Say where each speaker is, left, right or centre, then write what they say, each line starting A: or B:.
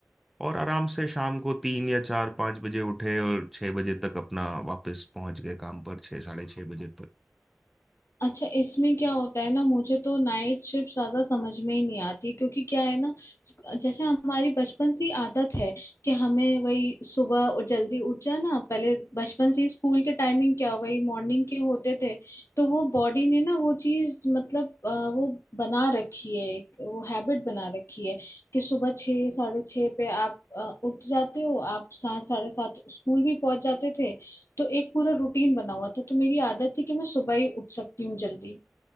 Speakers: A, in the centre; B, on the left.
A: और आराम से शाम को तीन या चार पाँच बजे उठे और छः बजे तक अपना वापस पहुंच गए काम पर छः साढ़े छः बजे तक
B: अच्छा इसमें क्या होता है ना मुझे तो नाइट शिफ्ट ज्यादा समझ में ही नहीं आती क्योंकि क्या है ना जैसे हमारी बचपन से ही आदत है कि हमें वही सुबह और जल्दी उठ जाना पहले बचपन से ही स्कूल के टाइमिंग क्या वही मॉर्निंग के होते थे तो वो बॉडी ने ना वो चीज मतलब अ, वो बना रखी है एक वो हैबिट बना रखी है कि सुबह छः साढ़े छः पे आप अ, उठ जाते हो आप सात साढ़े सात स्कूल भी पहुंच जाते थे तो एक पूरा रूटीन बना हुआ था तो मेरी आदत थी कि मैं सुबह ही उठ सकती हूँ जल्दी